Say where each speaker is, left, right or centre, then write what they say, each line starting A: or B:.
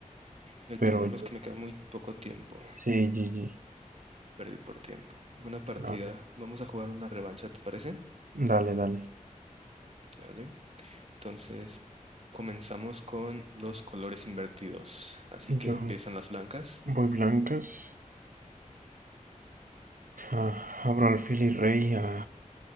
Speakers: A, on the right; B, on the right.
A: El
B: pero
A: problema es que me queda muy poco tiempo.
B: sí, GG.
A: Perdí por tiempo. Buena partida.
B: A ver,
A: Vamos a jugar una revancha, ¿te parece?
B: dale, dale.
A: ¿vale? Entonces, comenzamos con los colores invertidos. Así que
B: Yo
A: empiezan las blancas.
B: voy blancas. Ah, abro alfil y rey a